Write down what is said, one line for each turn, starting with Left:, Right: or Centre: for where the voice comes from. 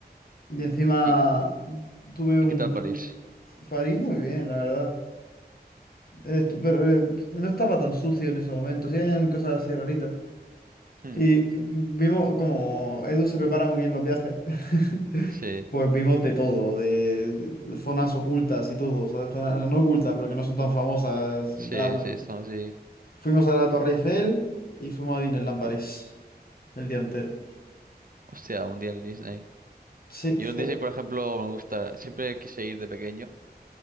Left: Y encima
Right: ¿Y,
Left: tuve
Right: y
Left: un
Right: qué tal
Left: muy...
Right: París?
Left: París muy bien, la verdad. Estu- pero eh, no estaba tan sucio en ese momento. Sí, añaden cosas así raritas.
Right: Hmm,
Left: Y vimos como Edu se prepara muy bien los viajes. <laughs>
Right: Sí,
Left: Pues vimos de todo, de, de- de zonas ocultas y todo, ¿sabes? Zonas no no ocultas, pero que no son tan famosas
Right: sí,
Left: y tal, ¿no?
Right: sí, estamos así.
Left: Fuimos a la Torre Eiffel y fuimos a Disneyland París el día entero.
Right: Hostia, un día en Disney.
Left: Sí,
Right: Yo
Left: fue,
Right: en Disney, por ejemplo, me gusta. Siempre quise ir de pequeño.